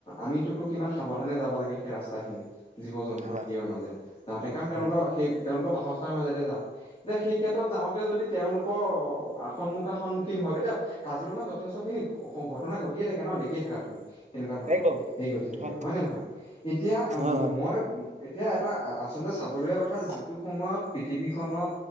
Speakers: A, on the left; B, on the right.
A: আমিতোটো কিমান সাৱধানে যাব লাগে সেই ৰাস্তাখিনি জীৱ জন্তু
B: হয়
A: সেইৰ মাজে যাওঁতে কাৰণ তেওঁলোকৰ
B: হয়
A: সেই তেওঁলোকৰ বাসস্থানৰ মাজেৰে যাওঁ এতিয়া সেই ক্ষেত্ৰত যাওঁতে যদি তেওঁলোকৰ সন্মুখা সন্মুখীন হয় এতিয়া কাজিৰঙাত যথেষ্টখিনি ঘটনা ঘটিয়ে থাকে ন দেখিয়ে থাকা তুমি কেনেকুৱা ধৰণৰ
B: একদম
A: হেৰি ঘটি থাকে
B: হয়
A: হয়নে নহয় এতিয়া
B: হয় হয়
A: মই এতিয়া এটা <unintelligible> আচলতে চাবলগীয়া কথা যিটো সময়ত পৃথিৱীখনত